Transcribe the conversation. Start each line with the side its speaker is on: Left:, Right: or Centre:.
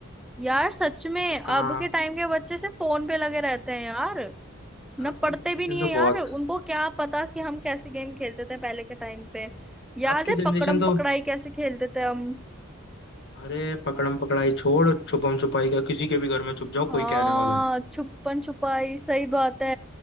Centre: यार सच में
Left: अब
Centre: अब
Left: कहाँ
Centre: के टाइम के बच्चे से फोन पे लगे रहते हैं यार ना
Left: आपकी
Centre: पढ़ते
Left: जनरेशन
Centre: भी नहीं
Left: तो
Centre: है यार
Left: बहुत
Centre: उनको क्या पता कि हम कैसे गेम खेलते थे पहले के टाइम पे याद
Left: आपकी
Centre: है
Left: जनरेशन
Centre: पकड़म पकड़ाई
Left: तो
Centre: कैसे खेलते थे हम
Left: अरे पकड़म पकड़ाई छोड़ छुपम छुपाई का किसी के भी घर में छुप जाओ
Centre: हाँ
Left: कोई कहने वाला नहीं
Centre: छुपन छुपाई सही बात है